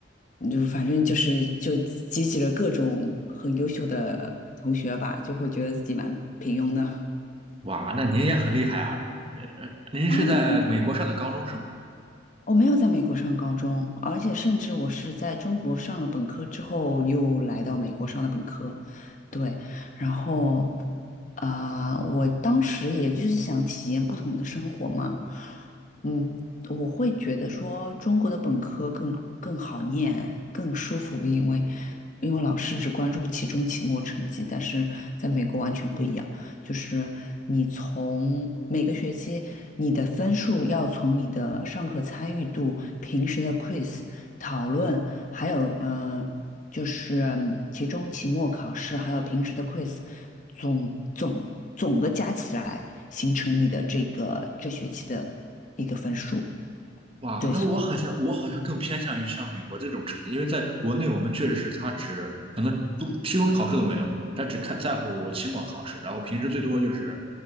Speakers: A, on the left; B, on the right.
A: 就反正就是就集集了各种很优秀的同学吧，就会觉得自己蛮平庸的。
B: 哇，那您也很厉害啊！呃呃您是在美国上的高中是吗？
A: 啊，没有我没有在美国上高中，而且甚至我是在中国上了本科之后，又来到美国上的本科。对，然后啊、我当时也就是想体验不同的生活嘛。嗯，我会觉得说中国的本科更更好念，更舒服，因为因为老师只关注期中、期末成绩，但是在美国完全不一样。就是你从每个学期你的分数要从你的上课参与度、平时的 quiz 讨论，还有呃，就是嗯期中、期末考试，还有平时的 quiz，总总总的加起来形成你的这个这学期的一个分数。
B: 哇，
A: 对，
B: 那我好像我好像更偏向于像美国这种成绩，
A: 所
B: 因为在国内我们确实是他只可能不期中考试都没有，他只看在乎期末考试，然后平时最多就是，